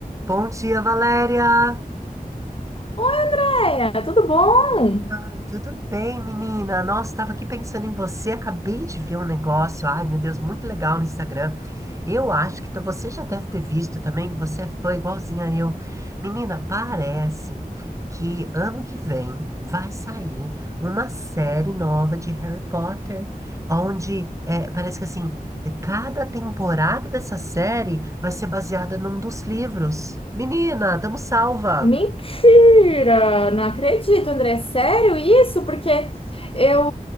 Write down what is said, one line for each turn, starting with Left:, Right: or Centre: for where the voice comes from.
Right: Bom dia, Valéria!
Left: Andréia, tudo bom?
Right: Ai, tudo bem, menina? Nossa, estava aqui pensando em você, acabei de ver um negócio. Ai, meu Deus, muito legal no Instagram. Eu acho que t- você já deve ter visto também, que você é fã igualzinha a eu. Menina, parece que ano que vem vai sair uma série nova de Harry Potter, onde é, parece que assim, cada temporada dessa série vai ser baseada num dos livros. Menina, tamo salva!
Left: Mentira! Não acredito, André. Sério isso? Porque eu